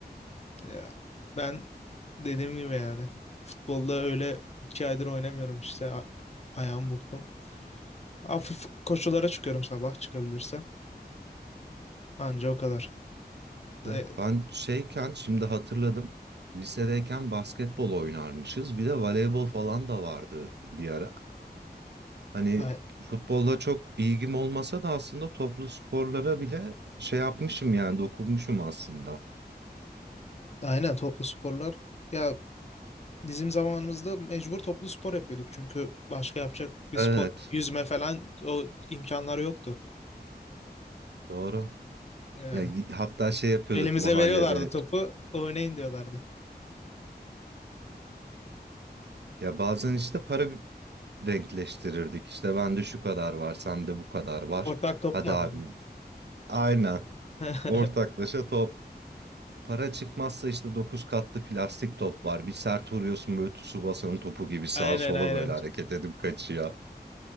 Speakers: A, on the left; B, on the right.
A: Ya, ben dediğim gibi yani futbolda öyle iki aydır oynamıyorum işte. A- ayağımı burktum. Hafif koşulara çıkıyorum sabah çıkabilirsem. Anca o kadar.
B: Ya
A: E,
B: ben şeyken şimdi hatırladım. Lisedeyken basketbol oynarmışız. Bir de voleybol falan da vardı bir ara. Hani
A: a-
B: futbolla çok ilgim olmasa da aslında toplu sporlara bile şey yapmışım yani dokunmuşum aslında.
A: aynen toplu sporlar. Ya Bizim zamanımızda mecbur toplu spor yapıyorduk çünkü başka yapacak bir
B: Evet,
A: spor, yüzme falan o imkanlar yoktu.
B: doğru.
A: Yani
B: Ya y- hatta şey yapıyorduk
A: elimize
B: mahallede.
A: veriyorlardı topu, oynayın diyorlardı.
B: Ya bazen işte para bir- denkleştirirdik. İşte bende şu kadar var, sende bu kadar var.
A: Ortak top
B: Hadi
A: mu alın?
B: abim. Aynen.
A: <laughs>
B: Ortaklaşa top Para çıkmazsa işte 9 katlı plastik top var. Bir sert vuruyorsun böyle Tsubasa'nın topu gibi sağa
A: Aynen
B: sola
A: aynen.
B: böyle hareket edip kaçıyor.